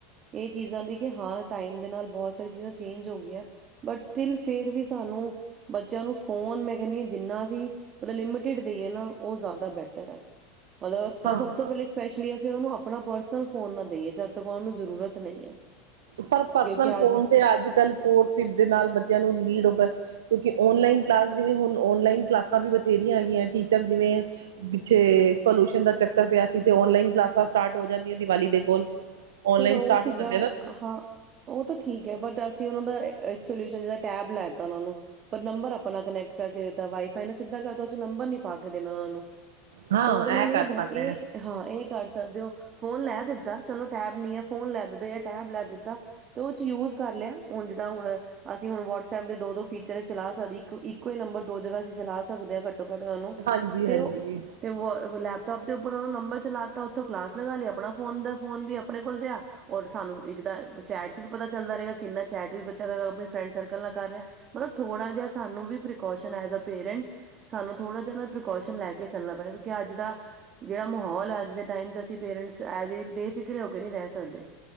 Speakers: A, on the right; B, on the right.
A: ਇਹ ਚੀਜ਼ਾਂ ਦੀ ਕਿ ਹਾਂ ਟਾਈਮ ਦੇ ਨਾਲ ਬਹੁਤ ਸਾਰੀ ਚੀਜ਼ਾਂ ਚੇਂਜ ਹੋ ਗਈਆਂ, ਬਟ ਸਟਿੱਲ ਫੇਰ ਵੀ ਸਾਨੂੰ ਬੱਚਿਆਂ ਨੂੰ ਫੋਨ ਮੈਂ ਕਹਿੰਦੀ ਹਾਂ, ਜਿੰਨਾ ਅਸੀਂ ਮਤਲਬ ਲਿਮਟਡ ਦੇਈਏ ਨਾ ਉਹ ਜ਼ਿਆਦਾ ਬੈਟਰ ਐ। ਮਤਲਬ
B: ਹਾਂ
A: ਸਭ ਤੋਂ ਪਹਿਲੇ ਸਪੈਸ਼ਲੀ ਅਸੀਂ ਉਹ ਨੂੰ ਆਪਣਾ ਪਰਸਨਲ ਫੋਨ ਨਾ ਦੇਈਏ, ਜਦ ਤੱਕ ਉਹਨਾਂ ਨੂੰ ਜ਼ਰੂਰਤ ਨਹੀਂ ਹੈ।
B: ਪਰ ਪਰਸਨਲ
A: ਕਿਉਂਕਿ
B: ਫੋਨ
A: ਅੱਜ
B: ਤੇ ਅੱਜ ਕੱਲ ਫੋਰਥ, ਫਿਫਥ ਦੇ ਨਾਲ ਬੱਚਿਆਂ ਨੂੰ ਲੀਡ ਹੋ ਕਿਉਂਕਿ ਔਨਲਾਈਨ ਕਲਾਸ, ਜਿਵੇ ਹੁਣ ਔਨਲਾਈਨ ਕਲਾਸਾਂ ਬਥੇਰੀਆਂ ਹੈਗੀਆ ਟੀਚਰ, ਜਿਵੇ ਪਿੱਛੇ ਪੋਲ਼ੋਸ਼ਨ ਦਾ ਚੱਕਰ ਪਿਆ ਸੀ ਤੇ ਔਨਲਾਈਨ ਕਲਾਸਾਂ ਸਟਾਰਟ ਹੋ ਜਾਂਦੀਆਂ ਦਿਵਾਲੀ ਦੇ ਕੋਲ ਔਨਲਾਈਨ
A: ਪਰ ਉਹ
B: ਸਟਾਰਟ
A: ਸੀਗਾ,
B: ਹੋ ਜਾਂਦੇ ਨਾ
A: ਹਾਂ। ਉਹ ਤਾਂ ਠੀਕ, ਹੈ ਬਟ ਅਸੀਂ ਉਹਨਾਂ ਦਾ ਇਕ ਸਲਿਊਸ਼ਨ ਜਾਂ ਟੈਬ ਲੈਤਾ ਉਹਨਾਂ ਨੂੰ, ਪਰ ਨੰਬਰ ਆਪਣਾ ਕਨੈਕਟ ਕਰਕੇ ਦਿੱਤਾ, ਵਾਈਫਾਈ ਨੇ ਸਿੱਧਾ ਕਰਤਾ ਨੰਬਰ ਨੀ ਪਾ ਕੇ ਦੇਣਾ ਉਹਨਾਂ ਨੂੰ।
B: ਹਾਂ
A: ਤਾਂ ਉਹਦੇ ਨਾਲ
B: ਕਰ
A: ਇਹ
B: ਸਕਦੇ
A: ਇਹ
B: ਆ
A: ਹਾਂ, ਇਹ ਕਰ ਸਕਦੇ ਹੋ, ਫੋਨ ਲੈ ਦਿੱਤਾ ਚਲੋ ਟੈਬ ਨੀ ਹੈ, ਫੋਨ ਲੈ ਦਿੱਤਾ, ਜਾਂ ਟੈਬ ਲੈ ਦਿੱਤਾ ਤੇ ਉਹਦੇ ਚ ਯੂਜ ਕਰ ਲਿਆ, ਹੁਣ ਜਿੱਦਾਂ ਹੁਣ ਅਸੀਂ ਹੁਣ ਵਟਸਐਪ ਦੇ ਦੋ ਦੋ ਫੀਚਰ ਚਲਾ ਸਕਦੇ, ਇੱਕ ਇੱਕੋ ਹੀ ਨੰਬਰ ਦੋ ਜਗ੍ਹਾ ਅਸੀਂ ਚਲਾ ਸਕਦੇ ਹਾਂ ਨੂੰ
B: ਹਾਂਜੀ
A: ਤੇ
B: ਹਾਂਜੀ
A: ਉਹ ਲੈ ਲੈਪਟੋਪ ਦੇ ਉੱਪਰ ਉਹਨਾਂ ਨੂੰ ਨੰਬਰ ਚਲਾ ਦਿੱਤਾ, ਉੱਥੋਂ ਕਲਾਸ ਲਗਾ ਲਈ ਆਪਣਾ ਫੋਨ ਦਾ ਫੋਨ ਵੀ ਆਪਣੇ ਕੋਲ ਰਿਹਾ ਔਰ ਸਾਨੂੰ ਇੱਕ ਚੈਟ ਚ ਵੀ ਪਤਾ ਚੱਲਦਾ ਰਹੇਗਾ, ਕਿੰਨਾ ਚੈਟ ਵੀ ਬੱਚਾ ਆਪਣੀ ਫਰੈਂਡ ਸਰਕਲ ਨਾਲ ਕਰ ਰਿਹਾ, ਮਤਲਬ ਥੋੜਾ ਜਿਹਾ ਸਾਨੂੰ ਵੀ ਪ੍ਰੀਕੋਸਨ ਐਸ ਅ ਪੇਰੈਂਟਸ ਸਾਨੂੰ ਥੋੜਾ ਜਿਹਾ ਪ੍ਰੀਕੋਸ਼ਨ ਲੈ ਕੇ ਚੱਲਣਾ ਪੈਣਾ ਕਿਉਂਕਿ ਅੱਜ ਦਾ ਜਿਹੜਾ ਮਾਹੌਲ ਹੈ, ਅੱਜ ਦੇ ਟਾਈਮ ਚ ਅਸੀਂ ਪੇਰੈਂਟਸ ਐਜ ਏ ਪੇ ਰੇ ਹੋ ਕੇ ਨਹੀਂ ਰਹਿ ਸਕਦੇ।